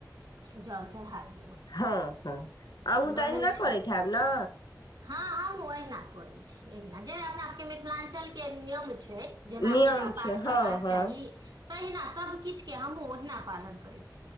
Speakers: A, on the right (about 75°); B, on the left (about 80°).
A: जलसँल हट
B: हँ हँ अहूँ तऽ
A: रहै
B: अहिना
A: छै
B: करैत हब ने
A: हँ हमहुँ अहिना करे छी अहिना जेना अपना सबके मिथिलाञ्चल के नियम छै छै जेना
B: नियम
A: पूजा पाठ
B: छै
A: करबाक
B: हँ हँ
A: चाही तहिना सबकिछुके हमहुँ ओहिना पालन करैत छी